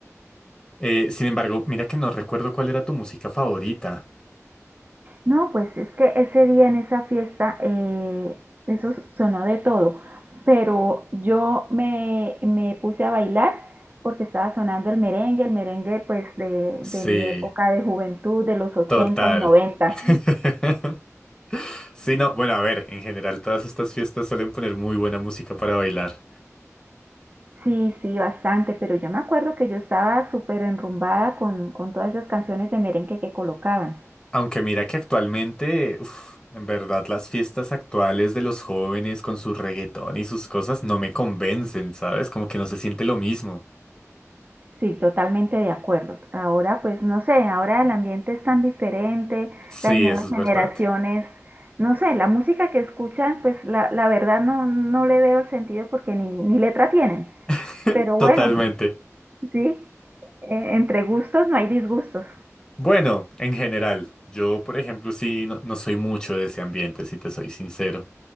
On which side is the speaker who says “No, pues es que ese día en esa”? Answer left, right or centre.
Right